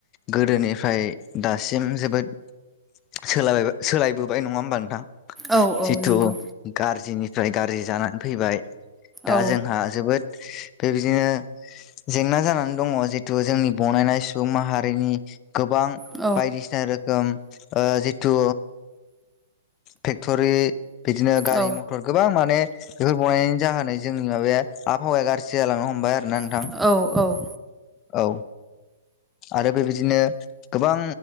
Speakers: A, on the left; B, in the centre.
A: गोदोनिफ्राय दासिम जोबोद सोलाबाबा सोलायबोबाय नङा ओमबा नोंथां।
B: औ
A: जिथु
B: औ नंगौ
A: गारज्रिनिफ्राय गारज्रि जानानै फैबाय दा
B: औ
A: जोंहा जोबोद बेबायदिनो जेंना जानानै दङ जितु जोंनि बनायनाय सुबुं माहारिनि गोबां
B: औ
A: बायदिसिना रो खोम ओ जिथु फेक्टरि बिदिनो गारि
B: औ
A: मथ फोर गोबां माने बेफोर बनायनि जाहोनै जोंनि माबाया आबहावाया गारज्रि जालांनो हमबाय आ ना नोंथां
B: औ
A: औ। आरो बेबायदिनो गोबां